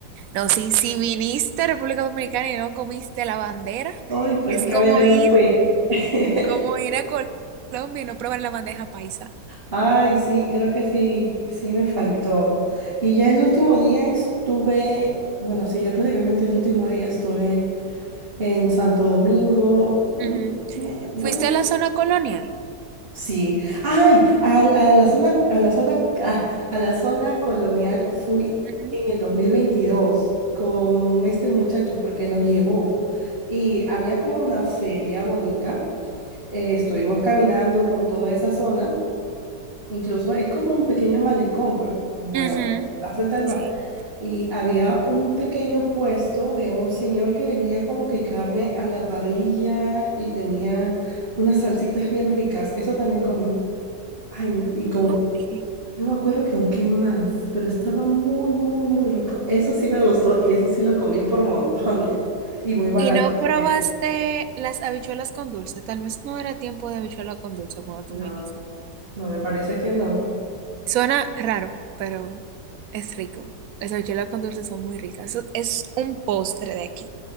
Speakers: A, on the right; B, on the right.
A: No, sí, si viniste a República Dominicana y no comiste la bandera,
B: Hoy prácticamente
A: es como ir,
B: no fui. <laughs>
A: como ir a Col- Colombia y no probar la bandeja paisa.
B: Ay, sí, creo que sí, sí me faltó. Y ya el último día estuve, bueno, sí, ya prácticamente el último día estuve en Santo Domingo. No,
A: Ujú.
B: no, bueno,
A: ¿Fuiste a la zona colonial?
B: sí. Ay, a, a la zona, a la zona, ah, a, la zona colonial fui
A: Ujú.
B: en el 2022 con este muchacho porque nos llevó. Y había como una feria bonita. Eh, estuvimos caminando por toda esa zona. Incluso es como un pequeño malecón, porque, bueno,
A: Ujú.
B: está frente al mar.
A: Sí.
B: Y había un pequeño puesto de un señor que vendía como que carne a la parrilla y tenía unas salsitas bien ricas. Eso también comí. Ay, y con,
A: Ok.
B: no me acuerdo que con qué más, pero estaba muy, muy, muy rico. Eso sí me gustó y eso sí lo comí por montones y muy barato.
A: ¿Y no probaste
B: también.
A: las habichuelas con dulce? Tal vez no era tiempo de habichuela con dulce cuando tú
B: No,
A: viniste.
B: no me parece que no.
A: Suena raro, pero es rico. Las habichuelas con dulce son muy ricas. Eso Es un postre de aquí.